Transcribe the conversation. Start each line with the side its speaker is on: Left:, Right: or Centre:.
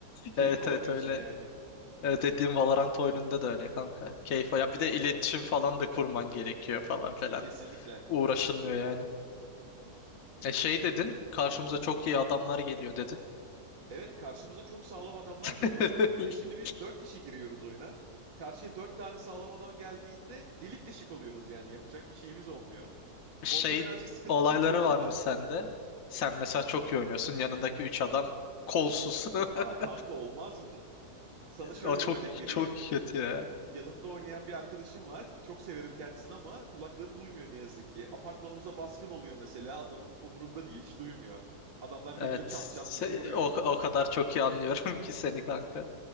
Right: Keyif
Left: Evet
Right: alamıyorsun
Left: evet öyle.
Right: yani.
Left: Evet, dediğim Valorant oyununda da öyle kanka. Keyif. Ya bir de iletişim falan da kurman gerekiyor falan filan.
Right: Kesinlikle.
Left: Uğraşılmıyor yani. E şey dedin, karşımıza çok iyi adamlar geliyor dedin.
Right: Evet karşımıza çok sağlam adamlar geliyor.
Left: <laughs>
Right: Bir de şimdi biz dört kişi giriyoruz oyuna. Karşıya dört tane sağlam adam geldiğinde delik deşik oluyoruz yani yapacak bir şeyimiz olmuyor.
Left: Şey
Right: Onunla birazcık sıkıntı
Left: olayları
Right: çekiyoruz
Left: var
Right: ama
Left: mı sende. Sen mesela çok iyi oynuyorsun. Yanındaki üç adam kolsuz. <laughs>
Right: aa kanka olmaz mı? Sana şöyle
Left: O çok
Right: bir örnek vereyim.
Left: çok kötü ya.
Right: Yanımda oynayan bir arkadaşım var. Çok severim kendisini ama kulakları duymuyor ne yazık ki. Apartmanımıza baskın oluyor mesela adamın umurunda değil hiç duymuyor. Adamlar geliyor
Left: Evet.
Right: çat çat
Left: Se-
Right: bizi vuruyor.
Left: O, o kadar çok iyi anlıyorum <laughs> ki seni kanka.